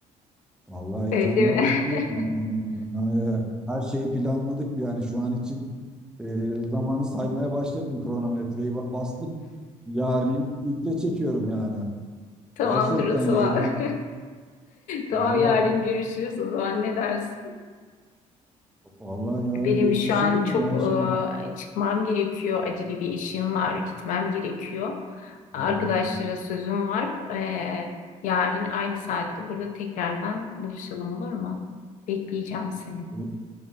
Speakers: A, in the centre; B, on the left.
A: Vallahi heyecanla
B: Öyle değil mi?
A: bekliyorum.
B: <laughs>
A: Yani e, Her şeyi planladık yani şu an için e, zamanı saymaya başladım kronometreyi ba- bastım. Yarın iple çekiyorum yani.
B: Tamamdır
A: Gerçekten
B: o zaman.
A: ya heyecan.
B: <laughs> Tamam
A: Vallahi
B: yarın görüşürüz o zaman ne dersin?
A: vallahi yarın
B: Benim
A: görüşelim
B: şu an
A: mi?
B: çok
A: Ben şimdi
B: e, çıkmam gerekiyor. Acil bir işim var, gitmem gerekiyor.
A: Hmm,
B: Arkadaşlara sözüm var. E, yarın aynı saatte burada tekrardan buluşalım olur mu? Bekleyeceğim seni.
A: bu-